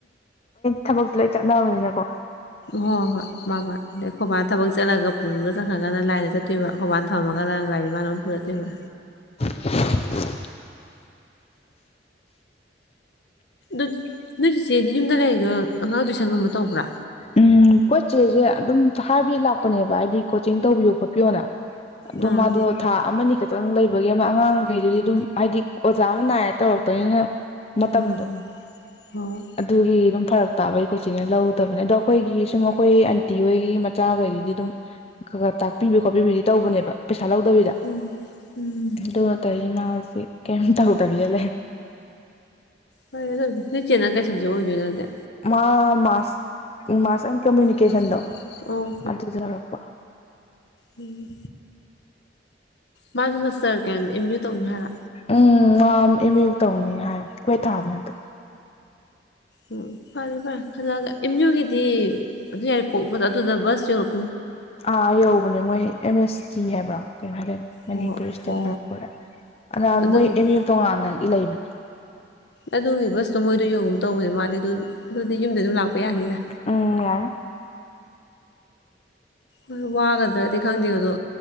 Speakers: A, on the left; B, on the left.
A: ꯊꯕꯛꯛꯁꯤ ꯂꯣꯏ ꯆꯠꯅꯕꯅꯤꯅꯀꯣ
B: ꯍꯣꯏ ꯍꯣꯏ ꯃꯥ ꯃꯥ ꯑꯗꯩ ꯈꯣ ꯕꯥꯟ ꯊꯕꯛ ꯆꯠꯂꯒ ꯄꯨꯔꯒ ꯆꯠꯈ꯭ꯔꯒꯗ ꯂꯥꯏꯅ ꯆꯠꯇꯣꯏꯕ ꯈꯣꯏꯕꯥꯟ ꯊꯝꯃꯒꯗ ꯒꯥꯔꯤ ꯃꯥꯅ ꯑꯗꯨꯝ ꯄꯨ ꯆꯠꯇꯣꯏꯕ
A: <unintelligible>
B: ꯑꯗꯨꯗꯤ ꯅꯣꯏ ꯆꯤꯠꯆꯦꯗꯤ ꯌꯨꯝꯗ ꯂꯩꯔꯒꯣ ꯑꯉꯥꯡ ꯇꯨꯏꯁꯪꯒꯨꯝꯕ ꯇꯧꯕ꯭ꯔꯥ
A: ꯎꯝ ꯀꯣꯏꯆꯦꯁꯦ ꯑꯗꯨꯝ ꯍꯥꯏꯕꯤ ꯂꯥꯛꯄꯅꯦꯕ ꯍꯥꯏꯗꯤ ꯀꯣꯆꯤꯡ ꯇꯧꯕꯤꯌꯣ ꯈꯣꯠꯄꯤꯌꯣꯅ
B: ꯑꯥ
A: ꯃꯗꯣ ꯊꯥ ꯑꯃꯅꯤ ꯀ ꯇꯪ ꯂꯩꯕꯒꯤ ꯑꯃ ꯑꯉꯥꯡꯈꯩꯗꯨꯗꯤ ꯑꯗꯨꯝ ꯍꯥꯏꯗꯤ ꯑꯣꯖꯥ ꯑꯃ ꯅꯥꯏꯔ ꯇꯧꯔꯛꯇꯤꯏꯅꯤꯅ ꯃꯇꯝꯗꯣ
B: ꯃꯥꯅꯦ ꯍꯣꯏ
A: ꯑꯗꯨꯒꯤ ꯑꯗꯨꯝ ꯐꯔꯛ ꯇꯥꯕꯒꯤ ꯈꯣꯏꯆꯦꯅ ꯂꯧꯗꯕꯅꯦ ꯑꯗꯣ ꯑꯩꯈꯣꯏꯒꯤ ꯁꯨꯝ ꯑꯩꯈꯣꯏ ꯑꯟꯇꯤ ꯍꯣꯏꯒꯤ ꯃꯆꯥꯈꯩꯗꯨꯗꯤ ꯑꯗꯨꯝ ꯈ ꯈ ꯇꯥꯛꯄꯤꯕ ꯈꯣꯠꯄꯤꯕꯗꯤ ꯇꯧꯕꯅꯦꯕ ꯄꯩꯁꯥ ꯂꯧꯗꯕꯤꯗ
B: ꯎꯝ ꯎꯝ
A: ꯑꯗꯨꯅ ꯇꯩ ꯃꯥꯁꯦ ꯀꯩꯝ ꯇꯧꯗꯕꯤ ꯂꯩ
B: ꯍꯣꯏꯗꯤ ꯆꯦꯅ ꯀꯩ ꯁꯕꯖꯦꯛ ꯑꯣꯏꯗꯣꯏꯅꯣ ꯑꯗꯨꯗꯤ
A: ꯃꯥ ꯃꯥꯁ ꯃꯥꯁ ꯀꯃꯨꯅꯤꯀꯦꯁꯟꯗꯣ
B: ꯃꯥꯁꯀꯨꯝ ꯑꯣ
A: ꯑꯗꯨꯗ ꯂꯧꯔꯛꯄ
B: ꯎꯝ ꯃꯥꯗꯨ ꯃꯁꯇꯔ ꯀꯩꯅꯣ ꯑꯦꯝ꯭ꯌꯨ ꯇꯧꯅꯤ ꯍꯥꯏꯔꯣ
A: ꯎꯝ ꯃꯥ ꯑꯦꯝ ꯌꯨ ꯇꯧꯅꯤ ꯍꯥꯏꯕ ꯀꯨꯋꯦꯠ ꯊꯥꯕꯅꯦ ꯍꯟꯗꯛ
B: ꯎꯝ ꯐꯔꯦ ꯐꯔꯦ ꯈꯜꯂꯑꯒ ꯏꯦꯝ ꯌꯨꯒꯤꯗꯤ ꯑꯗꯨ ꯌꯥꯏꯔꯤꯄꯣꯛꯄꯗ ꯑꯗꯨꯗ ꯕꯁ ꯌꯧꯔꯛꯄ
A: ꯑꯥ ꯌꯧꯕꯅꯦ ꯃꯣꯏ ꯑꯦꯝ ꯑꯦꯁ ꯇꯤ ꯍꯥꯏꯕ꯭ꯔꯥ ꯍꯥꯏꯗꯥꯏ ꯃꯅꯤꯄꯨꯔ
B: ꯍꯣ ꯍꯣ
A: ꯏꯁꯇꯦꯠ
B: ꯍꯣ
A: ꯇ꯭ꯔꯥꯟꯁꯄꯣꯔ ꯑ
B: ꯑꯗꯨꯒꯤꯗꯨ
A: ꯃꯣꯏ ꯑꯦꯝ ꯌꯨ ꯇꯣꯉꯥꯟꯅ ꯂꯩꯕꯅꯦ
B: ꯑꯗꯨꯒꯤ ꯕꯁꯇꯣ ꯃꯣꯏꯗꯣ ꯌꯧꯒꯨꯝ ꯇꯧꯕꯅꯦ ꯃꯥꯗꯤ ꯑꯗꯨ ꯗꯨꯗꯤ ꯌꯨꯝꯗꯩ ꯗꯨꯝ ꯂꯥꯛ ꯄ ꯌꯥꯅꯤꯗ
A: ꯎꯝ ꯌꯥꯔꯦ
B: ꯍꯣꯏ ꯋꯥꯒꯗ꯭ꯔꯗꯤ ꯈꯪꯗꯦ ꯑꯗꯣ